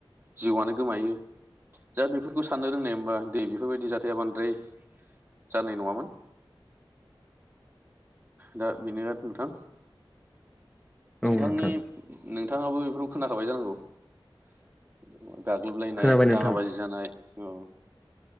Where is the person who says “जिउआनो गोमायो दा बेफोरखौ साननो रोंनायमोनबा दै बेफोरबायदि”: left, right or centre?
Right